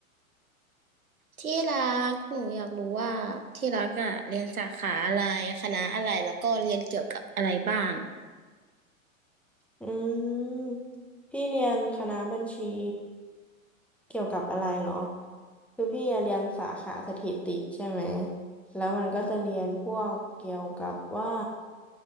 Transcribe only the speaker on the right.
ที่รักหนูอยากรู้ว่าที่รักอะเรียนสาขาอะไรคณะอะไรแล้วก็เรียนเกี่ยวกับอะไรบ้าง